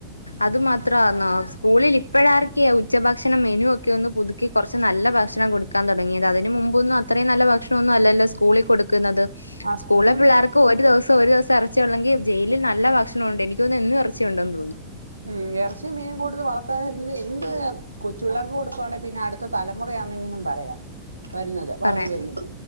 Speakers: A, on the left; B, on the right.
A: അത് മാത്രാണോ സ്കൂളിൽ ഇപ്പഴാർക്കിയ ഉച്ചഭക്ഷണം മെനു ഒക്കെ ഒന്ന് പുതു ക്കി കുറച്ച് നല്ല ഭക്ഷണം കൊടുക്കാൻ തുടങ്ങിയത് അതിന് മുമ്പൊന്നും അത്രയും നല്ല ഭക്ഷണ ഒന്നും അല്ലല്ലോ സ്കൂളിൽ കൊടുക്കുന്നത്
B: ആ
A: സ്കൂളിലെ
B: സ്കൂളിൽ
A: പിള്ളേർക്ക് ഒരു ദിവസം ഒരു ദിവസം എറച്ചിയുള്ളെങ്കി ജയിലിൽ നല്ല ഭക്ഷണം ഉണ്ട് എനി ക്ക് തോന്നുന്ന് എന്നും ഇറച്ചിയുണ്ടെന്ന് തോന്നുന്നു
B: ഉം എറച്ചിം മീനും കൊടുത്ത് വളർത്താന് എന്ത് എന്ത് കൊച്ചു പിള്ളേർക്ക് കൊടുക്കുവാണെങ്കി പിന്നെ അടുത്ത തലമുറയാന്നെങ്കിലും പറയാം വരുന്നത് വളർന്ന്
A: പറയാൻ
B: വരുന്നത്